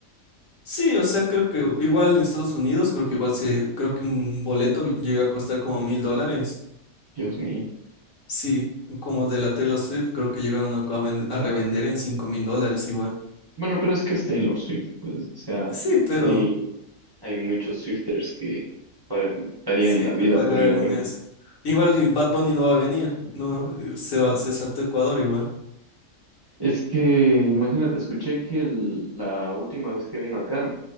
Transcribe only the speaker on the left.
Sí, o sea, creo que igual en Estados Unidos, creo que igual se, creo que un boleto llega a costar como mil dólares.
Sí, como de la Taylor Swift, creo que llegaron a, a vend- a revender en cinco mil dólares igual.
Sí, pero
Sí,
que pagar
en eso. Igual y Bad Bunny no va a venir, no eh, se va, se saltó Ecuador igual.